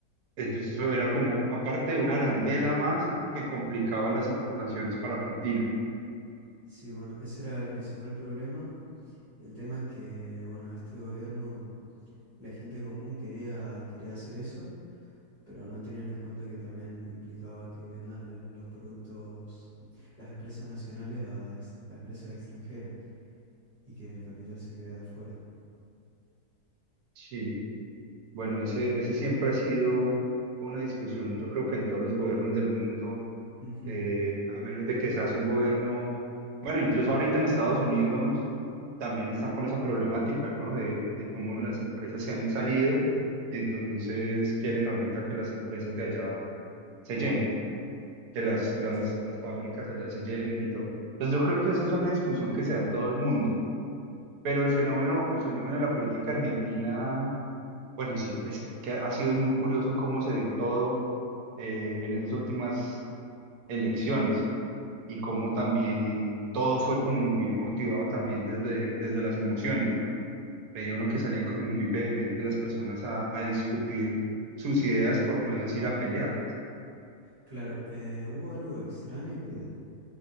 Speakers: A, on the right; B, on the right.
A: Entonces eso era como, aparte, una arandela más que complicaba las importaciones para Argentina.
B: Sí, bueno, ese era el principal problema. El tema es que, bueno, este gobierno, la gente común quería, quería hacer eso, pero no tenían en cuenta que también implicaba que vendan eh, los productos, las empresas nacionales a, ex- a empresas extranjeras y que el capital se quede afuera.
A: Sí, bueno, ese, ese siempre ha sido una discusión, yo creo que en todos los gobiernos del mundo
B: Ujú.
A: eh, a menos de que seas un gobierno, bueno, incluso ahorita en Estados Unidos también están con esa problemática, ¿no? De, de cómo las empresas se han salido y entonces quieren ahorita que las empresas de allá se llenen, que
B: Claro,
A: las, las,
B: entiendo.
A: las fábricas allá se llenen y todo. Entonces yo creo que esa es una discusión que se da en todo el mundo, pero el fenómeno, el fenómeno de la política argentina, bueno, siempre es que ha sido muy curioso cómo se dio todo eh, en esas últimas elecciones y cómo también todo fue como muy motivado también desde, desde las emociones, ¿no? Veía uno que salían como muy vehemente las personas a, a discutir sus ideas, por no decir a pelearlas.
B: Claro, eh, hubo algo extraño que